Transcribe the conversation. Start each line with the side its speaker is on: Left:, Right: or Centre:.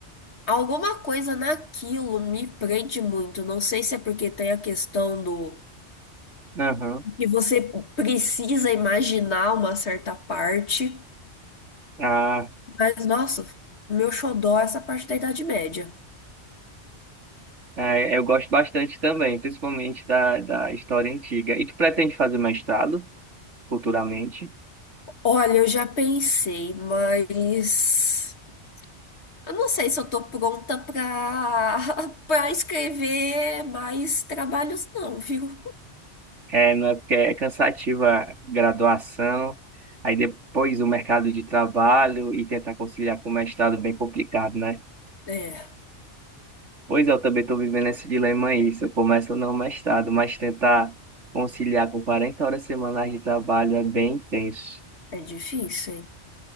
Left: alguma coisa naquilo me prende muito. Não sei se é porque tem a questão do
Right: Aham.
Left: E você precisa imaginar uma certa parte,
Right: Ah,
Left: mas nossa, o meu xodó é essa parte da Idade Média.
Right: é, eu gosto bastante também, principalmente da, da história antiga. E tu pretende fazer mestrado futuramente?
Left: Olha, eu já pensei, mas eu não sei se eu tô pronta pra <laughs> para escrever mais trabalhos não, viu?
Right: É, não é porque é cansativa a graduação, aí depois o mercado de trabalho e tentar conciliar com o mestrado é bem complicado, né?
Left: É,
Right: Pois é, eu também estou vivendo esse dilema aí, se eu começo ou não o mestrado, mas tentar conciliar com 40 horas semanais de trabalho é bem intenso.
Left: é difícil, hein?